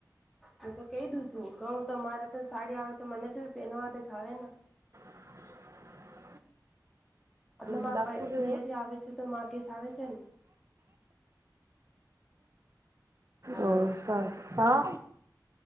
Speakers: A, in the centre; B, on the right.
A: હું તો કહી દઉ છું કઉ તો મારે તો સાડી આવે તો મને તો પહેનોથી જ આવે ને
B: <unintelligible>
A: એટલે મારા
B: ડાકુ રહે
A: પિયરી આવે છે તો મા કેશ આવે છે ને હાલો
B: ઓ સાર હા